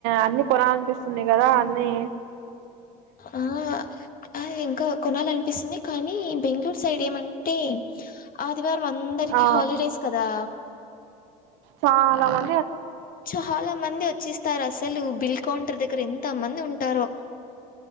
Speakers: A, on the right; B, on the left.
A: అన్ని కొనాలనిపిస్తుంది కదా అన్నిీ
B: ఆ ఆ ఇంకా కొనాలనిపిస్తుంది కానీ బెంగళూరు సైడ్ ఏమంటే ఆదివారం అందరికి
A: ఆ
B: హాలిడేస్ కదా
A: చాలా మ
B: చాలా మంది వచ్చిస్తారు అసలు బిల్ కౌంటర్ దగ్గర ఎంత మంది ఉంటారు